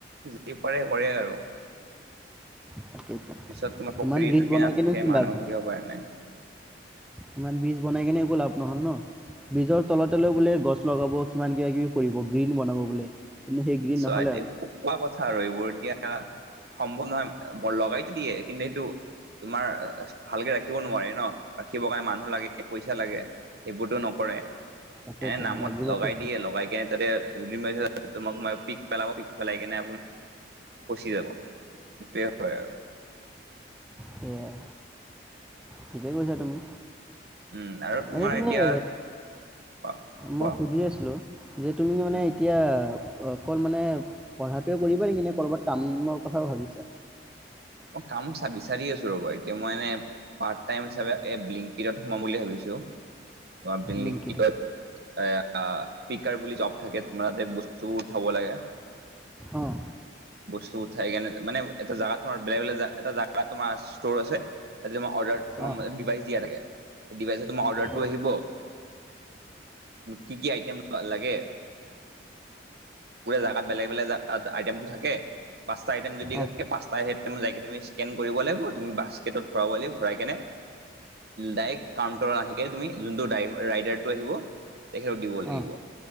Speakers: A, on the right; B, in the centre.
A: যি পাৰে কৰে আৰু।
B: তাকেইতো
A: পিছত তোমাৰ প্ৰকৃতি
B: ইমান ব্ৰিজ
A: থাকে
B: বনাই
A: নাথাকে
B: কেনেও কি
A: মানুহ
B: লাভ হ'ল
A: থাকিব পৰা নাই
B: ইমান বীজ বনাই কেনে একো লাভ নহ'ল ন বিজৰ তলতে লৈ বোলে গছ লগাব কিমান কিবা কিবি কৰিব গ্ৰীণ বনাব বোলে। কিন্তু সেই গ্ৰীণ
A: চ
B: নহ'লে
A: আইট
B: আৰু
A: কোৱা কথা আৰু এইবোৰ এতিয়া। সম্ভৱ নহয় ব লগাইতো দিয়ে কিন্তু সেইটো। তোমাৰ ভালকে ৰাখিব নোৱাৰে ন ৰাখিব কাৰণে মানুহ লাগে পইচা লাগে সেইবোৰতো নকৰে।
B: তাকেতো
A: এনে নামত
B: লাগিবতো
A: লগাই দিয়ে লগাই কেনে তাতে তোমাক। পিক পেলাব পিক পেলাই কেনে পচি যাব। সেইটোৱেই হয় আৰু।
B: সেয়াই ঠিকে কৈছা তুমি।
A: উম, আৰু তোমাৰ
B: এনে তুমি
A: এতিয়া
B: হে
A: কোৱা কোৱা
B: মই সুধি আছিলো। যে তুমি মানে
A: উম,
B: এতিয়াৱ অকল মানে পঢ়াতোৱে কৰিবা নেকি নে ক'ৰবাত কামৰ কথাও ভাবিছা?
A: অহ, কাম চাবি বিচাৰি আছো ৰবা এতিয়া মই এনে পাৰ্ট টাইম হিচাপে এ ব্লিংকিতত সুমাম বুলি ভাবিছো। তোমাৰ ব্লিংকিটত
B: ব্লিংকিত
A: এয়া পিকাৰ বুলি জব থাকে তোমাৰ তাতে বস্তু উঠাব লাগে।
B: অঁ
A: বস্তু উঠাই কেনে মানে এটা জাগাত থওঁ বেলেগ বেলেগ এটা জাগা তোমাৰ ষ্ট' আছে তেই অৰ্ডাৰ। তোমাৰ
B: অঁ
A: ডিভাইচ দিয়া থাকে ডিভাইচত তোমাৰ অৰ্ডাৰটো
B: অঁ
A: আহিব। কি কি আইটেম লাগে জাগাত বেলেগ বেলেগ আইটেমটো থাক। কে পাঁচটা আইটেম যদি
B: অঁ
A: পাঁচটা য তুমি স্কেন কৰিব লাগিব তুমি বাস্কেটত ভৰাব লাগিব ভৰাই কেনে দাইৰেক্ট কাউটাৰ আহি কেনে তুমি যোনটো ৰাইডাৰটো আহিব। তেখেতক দিব লাগিব
B: অঁ